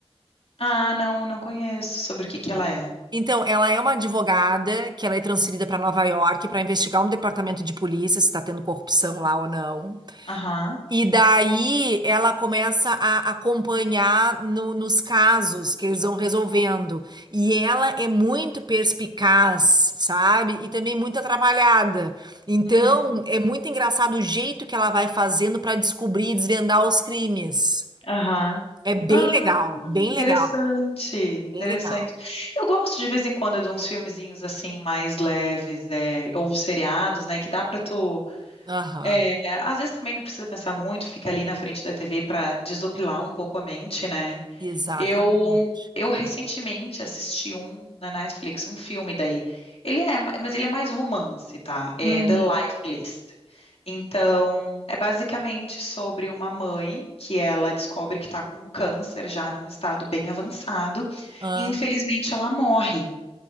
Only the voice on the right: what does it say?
Então, ela é uma advogada que ela é transferida para Nova York para investigar um departamento de polícia se está tendo corrupção lá ou não.
E daí ela começa a acompanhar no- nos casos que eles vão resolvendo. E ela é muito perspicaz, sabe? E também muito atrapalhada. Então,
é muito engraçado o jeito que ela vai fazendo para descobrir e desvendar os crimes.
É bem
legal, bem
legal,
bem legal.
Aham,
exatamente.
Hum,
ah,